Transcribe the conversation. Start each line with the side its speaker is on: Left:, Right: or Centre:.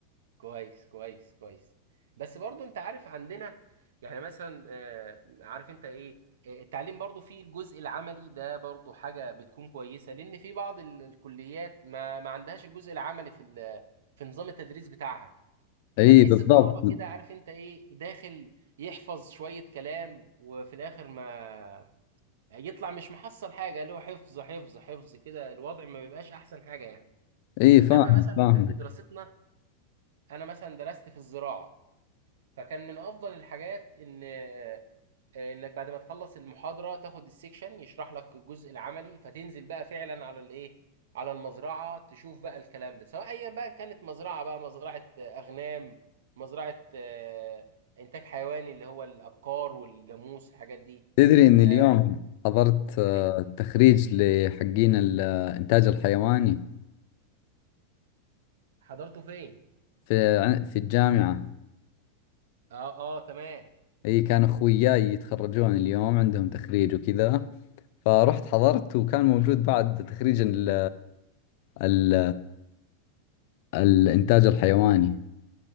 Right: كويس كويس كويس بس برضو أنت عارف عندنا يعني مثلا آه، عارف أنت إيه آه، التعليم برضو فيه الجزء العملي ده برضو حاجة بتكون كويسة لأن في بعض ال- الكليات ما ما عندهاش الجزء العملي في ال- في نظام التدريس بتاعها
Left: اي
Right: فتحس
Left: بالضبط
Right: الطلبة كده عارف انت ايه داخل يحفظ شوية كلام وفي الاخر ما يطلع مش محصل حاجة اللي هو حفظ حفظ حفظ كده الوضع ما بيبقاش احسن حاجة يعني
Left: اي
Right: انما
Left: فاهم
Right: مثلا
Left: فاهمك
Right: احنا في دراستنا انا مثلا درست في الزراعة فكان من افضل الحاجات ان آه، انك بعد ما تخلص المحاضره تاخد السكشن يشرح لك الجزء العملي فتنزل بقى فعلا على الايه على المزرعه تشوف بقى الكلام ده سواء ايا بقى كانت مزرعه بقى مزرعه اغنام مزرعه آه، انتاج حيواني اللي هو الابقار والجاموس الحاجات دي
Left: تدري ان
Right: آه،
Left: اليوم حضرت آه،
Right: إيه،
Left: تخريج لحقين الانتاج الحيواني
Right: حضرته فين
Left: في ع- في الجامعة
Right: اه اه تمام
Left: اي كان اخوياي يتخرجون اليوم عندهم تخريج وكذا فرحت حضرت وكان موجود بعد تخريج ال ال الانتاج الحيواني